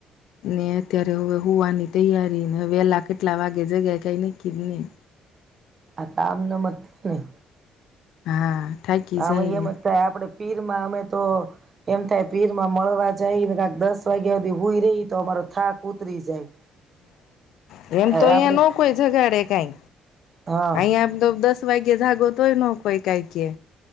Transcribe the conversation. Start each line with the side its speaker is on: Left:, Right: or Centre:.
Left: ને અત્યારે હવે હુવાની તૈયારી ને વહેલા કેટલા વાગે જગ્યા કઈને કીરની.
Right: આ આમન મત નહી.
Left: હા. થાકી
Right: હમે
Left: જાય
Right: એમ જ થાય આપડ પીર માં અમે તો એમ થાય પીર માં મળવા જાય ને કક દસ વાગ્યા સુધી હોઈ રહી તો અમારો થાક ઉતરી જાય.
Left: હ એમ
Right: આપડે
Left: તો અહિયા ન કોઈ જગાડે કઈ.
Right: હા
Left: અહીયા તો દસ વાગે જાગો તો હોય નકોય કઈ કે.